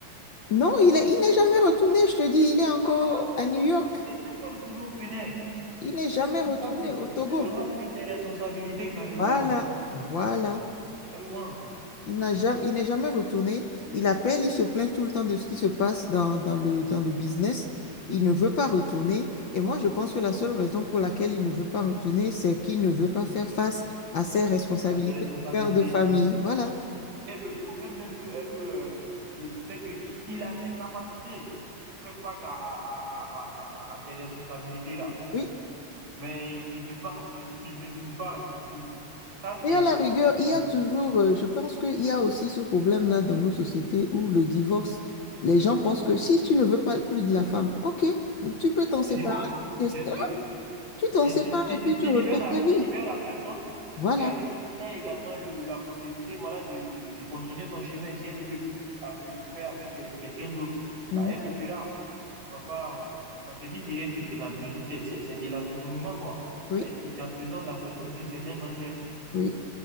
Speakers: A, on the left; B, on the right.
A: Non, il est, il n'est jamais retourné, je te dis, il est encore
B: Ah,
A: à New York.
B: il n'est jamais retourné au Bénin.
A: Il n'est jamais
B: Tout
A: retourné
B: ça, c'est
A: au Togo.
B: c'est vraiment fuir ses responsabilités carrément,
A: Voilà, voilà.
B: carrément
A: Il n'a jamais, il n'est jamais retourné. Il appelle, il se plaint tout le temps de ce qui se passe dans, dans le, dans le business. Il ne veut pas retourner. Et moi, je pense que la seule raison pour laquelle il ne veut pas retourner, c'est qu'il ne veut pas faire face à ses responsabilités
B: à ses responsabilités.
A: de père de famille. Voilà.
B: Et le problème même que, que euh, le, c'est qu'il il a les capacités de faire face à, à, à, à, à- ces responsabilités-là.
A: Oui.
B: Mais il veut pas, <laughs> il, il ne veut pas du tout. Ça, c'est,
A: Et à la rigueur, il y
B: c'est
A: a toujours, euh, je pense qu'il y a aussi ce problème-là dans nos sociétés où le divorce, les gens pensent que si tu ne veux pas plus de la femme, ok, tu peux t'en séparer.
B: du divorce,
A: C'est-
B: bien sûr.
A: ah, Tu t'en
B: Tu,
A: sépares
B: tu- tu-
A: et puis tu
B: tu
A: refais
B: libères la,
A: ta vie.
B: tu libères la personne
A: Voilà.
B: pour qu'elle ait également le- la possibilité voilà, de, de, de continuer son chemin. Si elle veut avec- le faire avec quelqu'un d'autre,
A: Mhm.
B: bah, elle le fera. Tu vois pas. euh, Parce que mine de rien, c'est de l'emprisonnement, c'est c'est- c'est de l'emprisonnement, quoi.
A: Oui,
B: C'est-à-dire tu emprisonnes la personne d'une certaine manière.
A: oui.